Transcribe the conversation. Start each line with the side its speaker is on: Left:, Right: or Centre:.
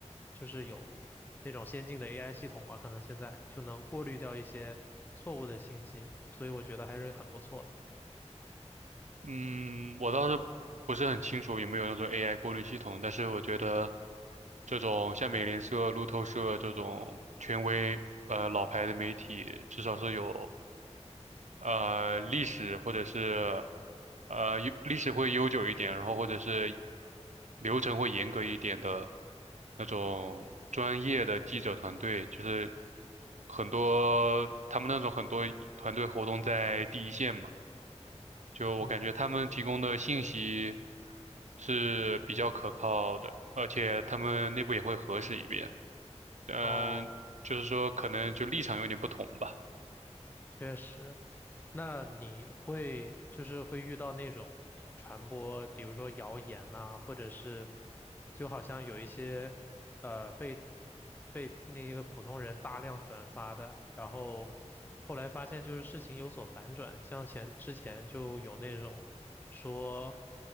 Left: 就是有那种先进的 AI 系统吧，可能现在就能过滤掉一些错误的信息，所以我觉得还是很不错的。
Right: 嗯，我倒是不是很清楚有没有那种 AI 过滤系统，但是我觉得这种像美联社、路透社这种权威呃老牌的媒体，至少是有呃历史或者是呃悠历史会悠久一点，然后或者是流程会严格一点的那种专业的记者团队，就是很多他们那种很多团队活动在第一线嘛，就我感觉他们提供的信息
Left: 嗯，
Right: 是比较可靠的，而且他们内部也会核实一遍，嗯、
Left: 哦，
Right: 就是说可能就立场有点不同吧，
Left: 确实。那你会就是会遇到那种传播，比如说谣言呐、或者是就好像有一些呃被被那个普通人大量转发的，然后后来发现就是事情有所反转，像前之前就有那种说